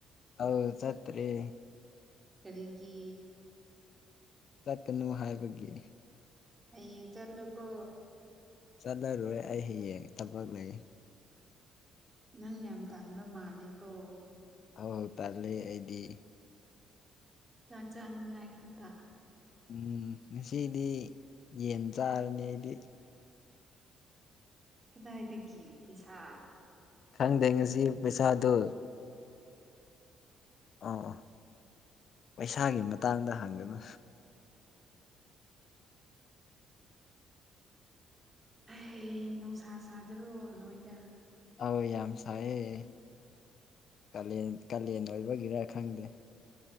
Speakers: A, on the left; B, on the right.
A: ꯑ ꯆꯠꯇꯔꯤ
B: ꯀꯔꯤꯒꯤ
A: ꯆꯠꯀꯅꯨ ꯍꯥꯏꯕꯒꯤ
B: ꯑ ꯆꯜꯂꯨ ꯀꯣ
A: ꯆꯠꯂꯔꯣꯏ ꯑꯩ ꯍꯌꯦꯡ ꯊꯕꯛ ꯂꯩ
B: ꯅꯪ ꯌꯥꯝ ꯇꯥꯟꯕ ꯃꯥꯂꯦꯀꯣ
A: ꯑꯋꯥ ꯇꯥꯜꯂꯤ ꯑꯩꯗꯤ
B: ꯆꯥꯛ ꯆꯥꯅꯤꯉꯥꯏ ꯈꯛꯇ
A: ꯎꯝ ꯉꯁꯤꯗꯤ ꯌꯦꯟ ꯆꯥꯔꯅꯤ ꯑꯩꯗꯤ
B: ꯀꯗꯥꯏꯗꯒꯤ ꯄꯩꯁꯥ
A: ꯈꯪꯗꯦ ꯉꯁꯤ ꯄꯩꯁꯥꯗꯨ ꯑꯥ ꯑꯥ ꯄꯩꯁꯥꯒꯤ ꯃꯇꯥꯡꯗ ꯍꯪꯒꯅꯨ
B: ꯍ ꯅꯨꯡꯁꯥ ꯁꯥꯗ꯭ꯔꯣ ꯅꯣꯏꯗ
A: ꯑꯧ ꯌꯥꯝ ꯁꯥꯏꯌꯦꯦ ꯀꯥꯦꯟ ꯀꯥꯂꯦꯟ ꯑꯣꯏꯕꯒꯤꯔ ꯈꯪꯗꯦ